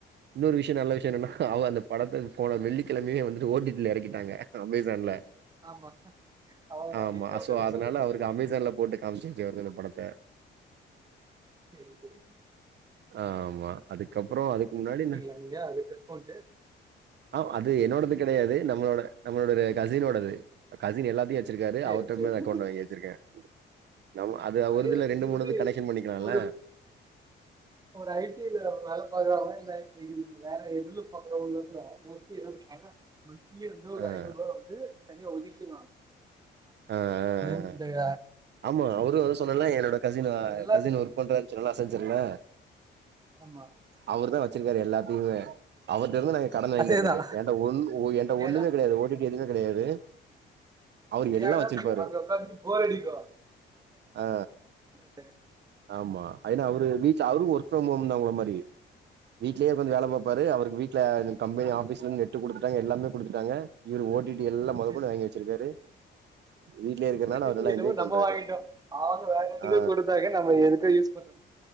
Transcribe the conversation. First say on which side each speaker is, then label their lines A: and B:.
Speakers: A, on the right; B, on the right.
A: இன்னொரு விஷய நல்ல விஷய என்னனா அவ அந்த படத்த போன வெள்ளிக்கிழமயே வந்ட்டு ஒ டி டி ல இறக்கிட்டாங்க அமேசான்ல
B: ஆமா அவ்ளோதா
A: ஆமா
B: வீட்ல உக்காந்து
A: சோ அதனால
B: போட்டு பாக்குறது
A: அவருக்கு அமேசான்ல போட்டு காம்ச்சுட்ருக்காங்க இந்த படத்த
B: செரி செரி
A: ஆமா அதுக்கப்பற அதுக்கு முன்னாடி ந
B: இங்க ஏ அதுக்குன் ஃபோன்ட்டு
A: ஆ அது என்னோடது கெடையாது நம்மளோட நம்மளோட கசினோடது கசின் எல்லாத்தயு வச்சிருக்காரு
B: செரி
A: அவர்டருந்து
B: செரி
A: அக்கவுண்ட் வாங்கி வச்சிருக்க நம்ம அது
B: அதே
A: ஒரு இதுல ரெண்டு மூணு
B: வந்து
A: இது கனெக்க்ஷன் பண்ணிக்கலால.
B: ஒரு ஒரு ஐடில வேல பாக்குறவங்க, இந்த ஐடிக்கு வேற எதுலு பாக்குறவங்க கூட ஓகே தா பண்ண முக்கிய இருந்து ஒரு
A: ஆ
B: ஐநூறுவா வந்து தனியா ஒதிக்கிர்றாங்க
A: ஆ ஆ
B: இந்தய
A: ஆமா அவரு வந்து சொன்னல, என்னோட கசின் ஆ
B: எல்லாத்து
A: கசின் ஒர்க் பண்றார் சொன்னல அச்செஞ்ஜர்ல
B: ஆமா
A: அவரு தா வச்சிருக்காரு எல்லாத்தயுமே. அவர்ட்ட இருந்து நாங்க கடன் வாங்கிறது.
B: அதேதா
A: ஏண்ட ஒன் ஏண்ட ஒன்னு
B: ஏனா
A: மே கெடையாது. ஓ டி டி எதுவுமே கெடையாது. அவரு எல்லா
B: எனக்கு
A: வச்சிருப்பாரு
B: அங்க உக்காந்துட்டு போரடிக்கு
A: ஆ
B: தெ
A: ஆமா அய்னா அவரு வீட்ல அவரு ஒரு சும் உம்னா உங்கள மாரி. வீட்லயே உக்காந்து
B: சேரி
A: வேல
B: சேரி
A: பாப்பாரு அவருக்கு வீட் ல இந்த கம்பெனி ஆபீஸ்ல இருந்து நெட்டு குடுத்துட்டாங்க. எல்லாமே குடுத்துட்டாங்க. இவர் ஓடிடி எல்லா மொதற்
B: சேரி
A: கொண்டு வாங்கி வச்சிருக்காரு. வீட்லயே இருக்கறனால
B: ஓ டி
A: அவர்
B: டி
A: நல்லா
B: என்னமோ
A: என்ஜாய்
B: நம்ம
A: பண்றாரு
B: வாங்கிட்டோ அவங்க வேற எதுக்கோ
A: ஆ
B: குடுத்தாங்க நம்ம எதுக்கோ யூஸ் பண்றோ